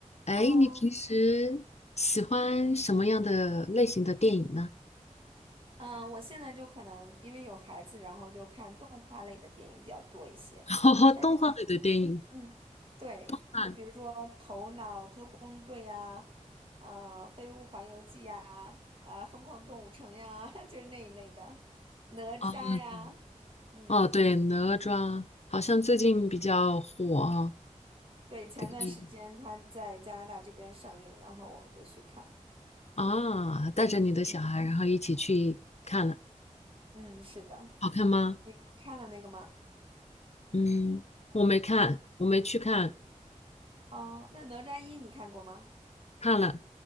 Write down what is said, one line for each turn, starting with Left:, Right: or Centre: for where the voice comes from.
Left: 哎，
Right: Hello，
Left: 你平时喜欢什么样的类型的电影呢？
Right: 嗯，我现在就可能因为有孩子，然后就看动画类的电影比较多一些。
Left: <laughs>
Right: 但是其实，
Left: 动画类的电影
Right: 嗯，对，
Left: 看
Right: 就比如说《头脑特工队》呀，呃，《飞屋环游记》呀，啊，《疯狂动物城》呀，<laughs> 就是那一类的，《哪吒》呀，
Left: 啊，哦对
Right: 嗯，
Left: 哦，对，哪吒好像最近比较火啊，
Right: 对，前段时间他在加拿大这边上映，
Left: 这个电影
Right: 然后我们就去看了
Left: 啊，带着你的小孩，
Right: 嗯嗯
Left: 然后一起去看了，
Right: 嗯，是的，
Left: 好看吗？
Right: 你看了那个吗？
Left: 嗯，我没看，我没去看，
Right: 哦，那《哪吒一》你看过吗？
Left: 看了，